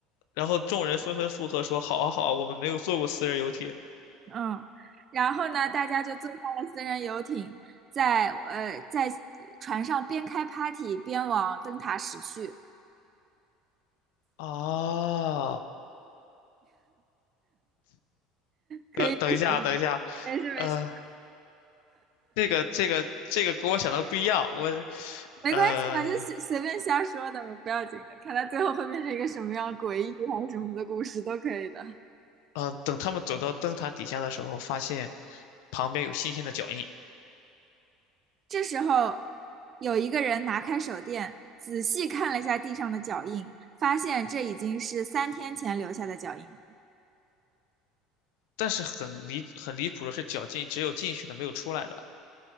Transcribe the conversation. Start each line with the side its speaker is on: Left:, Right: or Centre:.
Left: 然后众人纷纷附和说：“好啊，好啊，我们没有坐过私人游艇
Right: 嗯，然后呢，大家就坐上了私人游艇，在呃在船上边开 party 边往灯塔驶去。
Left: 啊。”
Right: 可以，
Left: 呃等一下，等一下，
Right: 没事没事，
Left: 呃，这个这个这个跟我想的不一样，我，
Right: 没关系嘛，
Left: 呃
Right: 就随随便瞎说的，不要紧的。看他最后会变成一个什么样诡异还是什么的故事都可以的。
Left: 呃，等他们走到灯塔底下的时候，发现旁边有新鲜的脚印，
Right: 这时候，有一个人拿开手电，仔细看了一下地上的脚印，发现这已经是三天前留下的脚印了。
Left: 但是很离很离谱的是，脚进只有进去的，没有出来的。